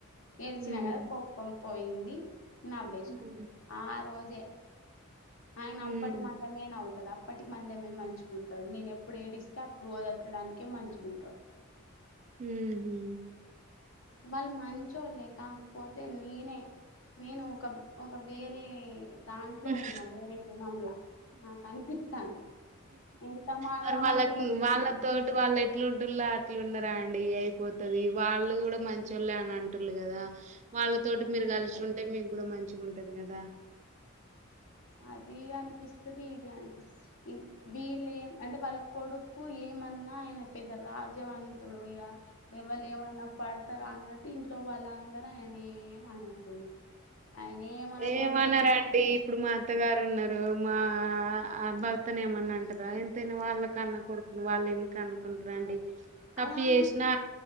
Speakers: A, on the left; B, on the right.
A: ఏడిచినా
B: హ్మ్
A: గద కోప్పం పోయింది నవ్వేష్న
B: హ్మ్
A: ఆ రోజు ఆయన
B: హ్మ్
A: అప్పటి మందమే నవ్వుతడు అప్పటి మందమే మంచి గుంటాడు నేను ఎప్పుడు ఏడిస్తే అప్పుడు ఓదార్చడానికే మంచి గుంటాడు
B: ఊహు
A: వాళ్ళు మంచోళ్లేే కాకపోతే నీనే నేను ఒక ఒక వేరే దాంట్లో
B: హ్మ్.
A: ఉన్నా వేరే గుణంలా నాకు అనిపిత్తాంది ఎంత మారదామని
B: మరి వాళ్ళకి
A: ట్రై చేసినా
B: వాళ్ళతోటి వాళ్ళె ట్లుంటుల్ల అట్లునరా అండి ఇగ అయిపోతుది వాళ్ళు గుడా మంచోళ్ళే అనంటుల్లు గదా వాళ్ళతోటి
A: వాళ్ళు కూడా
B: మీరు
A: మంచోళ్ళే
B: గలిషుంటే మీగ్గుడ మంచి గుంటది గదా
A: అది అనిపిస్తుది ఇది అనిపిస్త్ వీళ్ళేం అంటేవాళ్ల కొడుకు ఏమన్నా ఆయన పెద్ద రాజవంతుడు ఇగ ఎవ్వళేమన్నా పాడ్తారా అన్నట్టు వాళ్ళందరూ ఆయనేమనరు ఆయనేమనకుండా
B: ఏమనరండి
A: ఉండే
B: ఇప్పుడు మా అత్తగారున్నరు మా భర్తనేమన్నా అంటరా వాళ్ళ కన్న కొడుకును వాళ్ళెందుకు అనుకుంటరా అండి తప్పు
A: అలా
B: చేషినా
A: అని